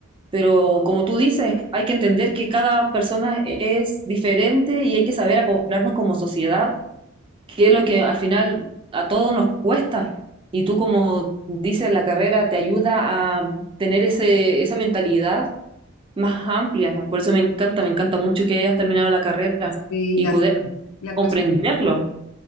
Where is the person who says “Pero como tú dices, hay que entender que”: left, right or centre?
Right